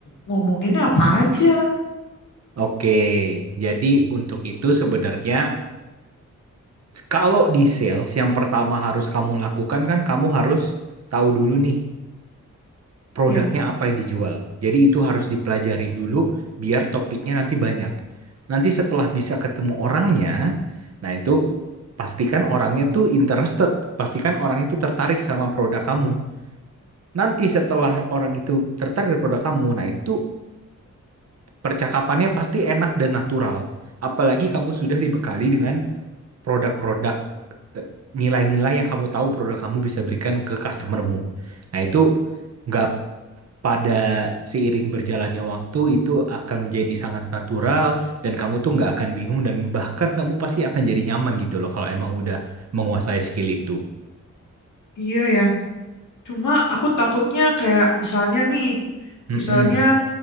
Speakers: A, on the left; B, on the right.
A: ngomonginnya apa aja?
B: Oke, jadi untuk itu sebenarnya kalau di sales yang pertama harus kamu lakukan kan kamu harus tahu dulu nih produknya
A: Ya,
B: apa yang dijual. Jadi itu harus dipelajarin dulu biar topiknya nanti banyak. Nanti setelah bisa ketemu orangnya, nah itu pastikan orangnya tuh interested, pastikan orang itu tertarik sama produk kamu. Nanti setelah orang itu tertarik dengan produk kamu, nah itu percakapannya pasti enak dan natural. Apalagi kamu sudah dibekali dengan produk-produk eh, nilai-nilai yang kamu tahu produk kamu bisa berikan ke customermu. Nah, itu nggak pada seiring berjalannya waktu itu akan menjadi sangat natural dan kamu tuh nggak akan bingung dan bahkan kamu pasti akan jadi nyaman gitu loh kalau emang udah menguasai skill itu.
A: iya ya. Cuma aku takutnya kayak misalnya nih,
B: Mm-mm.
A: misalnya